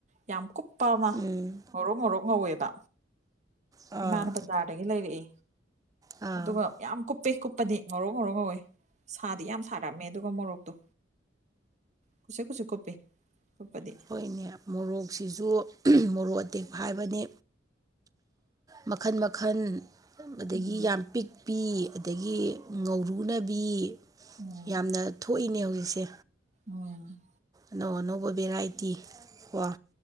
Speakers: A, on the right; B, on the right.
A: ꯌꯥꯝ ꯀꯨꯞꯄ ꯑꯃ
B: ꯎꯝ
A: ꯉꯧꯔꯣꯛ ꯉꯧꯔꯣꯛ ꯉꯧꯋꯦꯕ
B: ꯑꯥ
A: ꯏꯃꯅ ꯄꯗꯥꯥꯗꯒꯤ ꯂꯩꯔ
B: ꯑꯥ
A: ꯑꯗꯨꯒ ꯌꯥꯝ ꯀꯨꯞꯄꯦ ꯀꯨꯞꯄꯗꯤ ꯉꯧꯔꯣ ꯉꯧꯔꯣ ꯉꯧꯋꯦ ꯁꯥꯗꯤ ꯌꯥꯝ ꯁꯥꯔꯝꯃꯦ ꯑꯗꯨꯒ ꯃꯣꯔꯣꯛꯇꯣ ꯀꯁ ꯀꯁꯁꯨ ꯀꯣꯄꯤ ꯀꯄꯗꯤ
B: ꯍꯣꯏꯅꯦ ꯃꯣꯔꯣꯛꯁꯤꯁꯨ ꯃꯣꯔꯣꯛ ꯑꯇꯦꯛꯄ ꯍꯥꯏꯕꯅꯤ ꯃꯈꯜ ꯃꯈꯜ ꯑꯗꯒꯤ
A: ꯎꯝ
B: ꯌꯥꯝ ꯄꯤꯛꯄꯤ ꯑꯗꯒꯤ ꯉꯧꯔꯨꯅꯕꯤ
A: ꯎꯝ
B: ꯌꯥꯝꯅ ꯊꯣꯛꯏꯅꯦ ꯍꯧꯖꯤꯛꯁꯦ
A: ꯎꯝ
B: ꯑꯅꯧ ꯑꯅꯧꯕ ꯚꯦꯔꯥꯏꯇꯤ ꯀꯣ